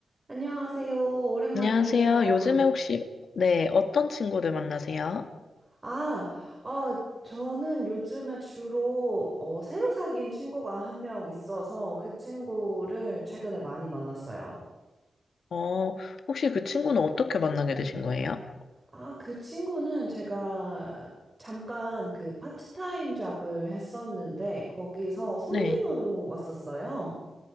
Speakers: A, on the right (about 20°); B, on the left (about 65°).
A: 안녕하세요. 오랜만이에요.
B: 안녕하세요. 요즘에 혹시, 네, 어떤 친구들 만나세요?
A: 아, 어, 저는 요즘에 주로 어, 새로 사귄 친구가 한 명 있어서 그 친구를 최근에 많이 만났어요.
B: 어, 혹시 그 친구는 어떻게 만나게 되신 거예요?
A: 아, 그 친구는 제가 잠깐 그 파트타임 잡을 했었는데 거기서 손님으로
B: 네.
A: 왔었어요.